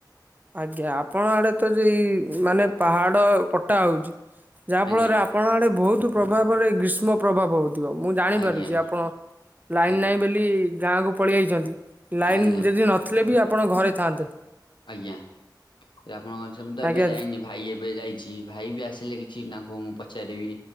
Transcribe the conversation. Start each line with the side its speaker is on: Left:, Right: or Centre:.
Right: ଆଜ୍ଞା ଆପଣ ଆଡେ ତ ଯେଇ ମାନେ ପାହାଡ କଟା ହଉଛି ଯାହା
Left: ଆଜ୍ଞା
Right: ଫଳରେ ଆପଣଙ୍କ ଆଡେ ବହୁତୁ ପ୍ରଭାବରେ ଗ୍ରୀଷ୍ମ ପ୍ରଭାବ ହଉ ଥିବ ମୁଁ ଜାଣିପାରୁଚି
Left: ଆଜ୍ଞା
Right: ଆପଣ ଲାଇନ
Left: ଆଜ୍ଞା
Right: ନାହିଁ ବୋଲି ଗାଁକୁ ପଳେଇ ଆଇଚନ୍ତି। ଲାଇନ
Left: ଆଜ୍ଞା
Right: ଯଦି ନଥିଲେ ବି ଆପଣ ଘରେ ଥାଆନ୍ତେ।
Left: ଆଜ୍ଞା ଆପଣଙ୍କ <unintelligible> ମୁଁ ତ ଏବେ
Right: ଆଜ୍ଞା
Left: ଯାଇନି ଭାଇ ଏବେ ଯାଇଛି ଭାଇ ବି ଆସିଲେ କିଛି ତାଙ୍କୁ ମୁଁ ପଚାରିବି